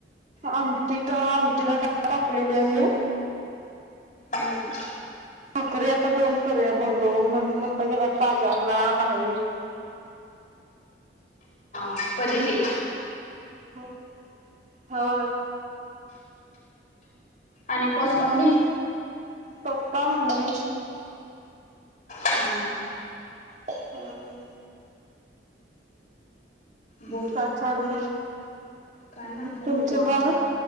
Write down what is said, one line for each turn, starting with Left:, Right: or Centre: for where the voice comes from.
Right: आमटीत आमटीला डाळ टाकलेली आहे.
Left: हम्म
Right: भाकरी आता दोन करूया बोललो म्हण आता गेलात बाजारला बाहेर
Left: अन परी ते
Right: हो हं
Left: आणि कोण मम्मी?
Right: पंप्पा मंम्मी
Left: हम हं
Right: हम्
Left: बोल
Right: काय चालय?
Left: काय नाही
Right: तुमचे
Left: निवांत
Right: बाळ?